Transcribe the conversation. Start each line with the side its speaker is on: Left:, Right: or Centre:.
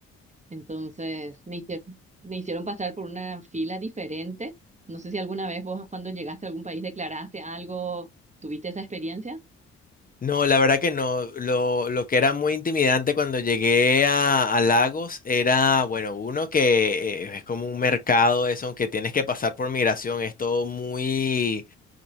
Right: Entonces me hicieron, me hicieron pasar por una fila diferente. No sé si alguna vez vos cuando llegaste a algún país declaraste algo, ¿tuviste esa experiencia?
Left: No, la verdad que no. Lo, lo que era muy intimidante cuando llegué a, a Lagos era, bueno, uno que eh, es como un mercado, eso, aunque tienes que pasar por migración, es todo muy